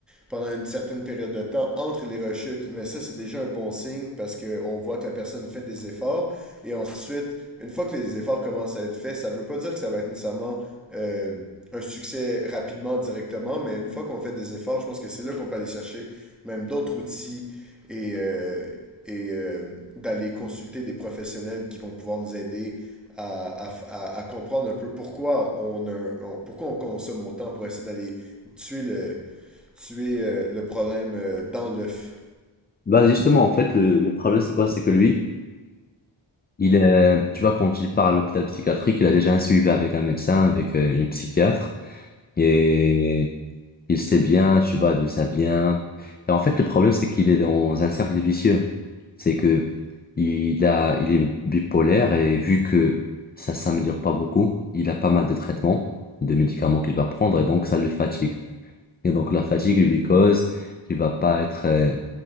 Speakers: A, in the centre; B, on the left.
A: pendant une certaine période de temps entre les rechutes. Mais ça, c'est déjà un bon signe parce qu'on voit que la personne fait des efforts et ensuite, une fois que les efforts commencent à être faits, ça ne veut pas dire que ça va être nécessairement euh, un succès rapidement, directement, mais une fois qu'on fait des efforts, je pense que c'est là qu'on peut aller chercher même d'autres outils et, euh, et euh, d'aller consulter des professionnels qui vont pouvoir nous aider à, à, à à comprendre un peu pourquoi on, a- on- pourquoi on consomme autant pour essayer d'aller tuer le, tuer, euh, le problème euh, dans l'œuf
B: Bah justement, en fait, le, le problème, c'est quoi? C'est que lui, Il est, tu vois, quand il part à l'hôpital psychiatrique, il a déjà un suivi avec un médecin, avec euh, une psychiatre, et il sait bien, tu vois, d'où ça vient. Et en fait, le problème, c'est qu'il est dans un cercle vicieux. C'est que il a, il est bipolaire et vu que ça s'améliore pas beaucoup, il a pas mal de traitements, de médicaments qu'il va prendre, et donc ça le fatigue. Et donc la fatigue lui cause qu'il va pas être euh,